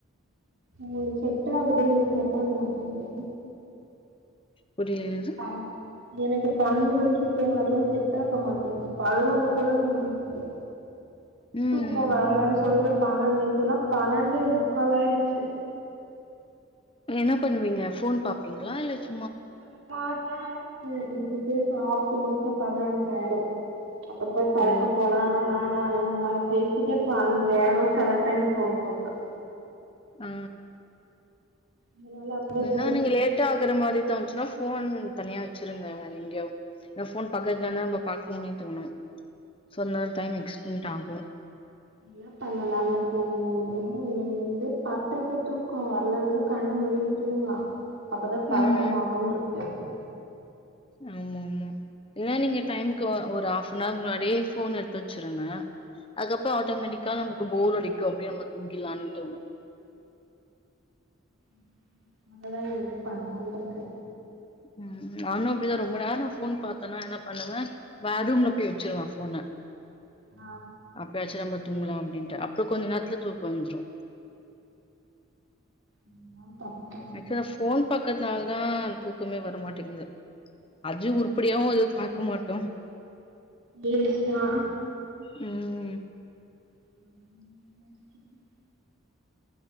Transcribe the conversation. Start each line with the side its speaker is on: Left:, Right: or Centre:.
Right: உங்களுக்கு செட் ஆகுது எனக்கு செட்டாக மாட்டிங்குது
Left: புரியல என்னது
Right: பன் எனக்கு பன்னெண்டு மணிக்கி தூங்கறதல்லா செட் ஆக மாட்டேங்குது பதனொன்னு கூட முடியாது
Left: ம்.
Right: தூக்கோ வரலேன்னு சொல்ட்டு பன்னெண்டு நேத்தல்லா பன்னெண்டே முக்காலாயிருச்சு
Left: என்ன பண்ணுவீங்க ஃபோன் பாப்பீங்களா இல்ல சு
Right: சும்மாதா இருக்கே இதுக்கே சாப்ட்டு முடிக்க பதனொன்ர ஆயிடு அப்ப போய் படுக்க
Left: ஓ!
Right: போனா நானு எங்க அம்மாலா பேசிட்டே பன்னெண்ட்ரை ஆயிடு செல டைம் ஃபோன் பார்ப்பேன்.
Left: ஆ
Right: அதனால அப்படியே
Left: என்னனா
Right: போயிடுது.
Left: நீங்க லேட்டா ஆகுற மாரி தோணுச்சுனா ஃபோன் தனியா வச்சிருங்க வேற எங்கயாவது ஏன்னா ஃபோன் பக்கத்துல இருந்தா உங்க பாக்கணுன்னே தோணு சோ அதனால டைம் எகஸ்டென்ட் ஆகு
Right: அதா பண்ணலான் இருக்கே இன்னைல இருந்து பத்தரைக்கே தூக்கோ வரலனாலு கண்ண மூடிட்டு தூங்கலா அப்பதா பழக்கம்
Left: ம்.
Right: ஆகுன்னு இருக்கு
Left: ஆமா ஆமா இல்லனா நீங்க டைமுக்கு ஒ ஒரு ஹாஃபனவர் முன்னாடியே ஃபோன் எடுத்து வச்சிருங்க அதுக்கப்றோ ஆட்டோமேட்டிக்கா நமக்கு போர் அடிக்கு அப்டியே நம்ம தூங்கிரலான்னு தோணு
Right: <inaudible> அததா இனிமே பண்லான்ருக்கே
Left: ம் நானு அப்டிதா ரொம்ப நேரோ ஃபோன் பாத்தன்னா என்ன பண்ணுவே வேற ரூம்ல போய் வச்சுருவ ஃபோன
Right: ஆ
Left: அப்பயாச்சு நம்ம தூங்கலா அப்டின்ட்டு அப்றோ கொஞ்ச நேரத்துல தூக்கோ வந்துரு
Right: ம் நானு <unintelligible>
Left: ஆக்சுவலா ஃபோன் பாக்கறதுனாலதா தூக்கமே வரமாட்டேங்குது அஜு உருப்படியாவு எது பாக்க மாட்டோ
Right: ரீல்ஸ்தா
Left: ம்
Right: <inaudible>